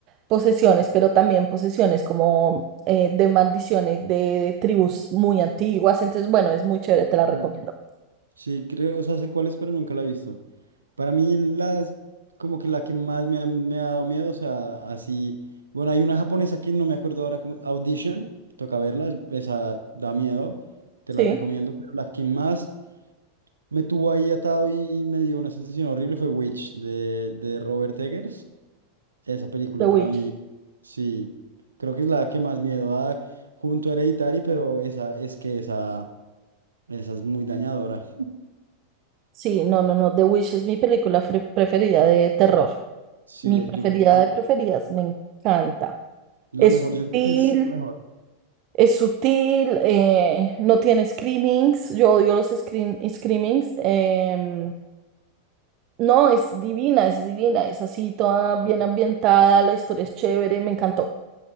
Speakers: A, on the right (about 40°); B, on the right (about 75°).
A: posesiones, pero también posesiones como eh, de maldiciones de tribus muy antiguas, entonces bueno, es muy chévere, te la recomiendo.
B: Ya. Sí, creo, o sea, sé cuál es, pero nunca la he visto. Para mí, las, como que la que más me ha, me ha dado miedo, o sea, así. Bueno, hay una japonesa que no me acuerdo ahora, cómo- Audition, toca verla, es- esa da miedo, te
A: Sí,
B: la recomiendo, pero la que más. me tuvo ahí atado y, y me dio una sensación horrible fue Witch de, de Robert Eggers. Esa película
A: The
B: para
A: Witch.
B: mí, sí, creo que es la que más miedo da junto a Hereditary, pero esa es que esa, esa es muy dañadora.
A: Sí, no, no, no. The Wish es mi película fre- preferida de terror.
B: Sí,
A: Mi
B: eh,
A: preferida
B: yo creo que es
A: de preferidas, me encanta.
B: la
A: Es
B: mejor,
A: sutil,
B: yo creo que es la mejor.
A: es sutil, eh, no tiene screamings. Yo odio los scream, screamings. em, no, es divina, es divina. Es así, toda bien
B: Eh,
A: ambientada, la historia es chévere, me encantó.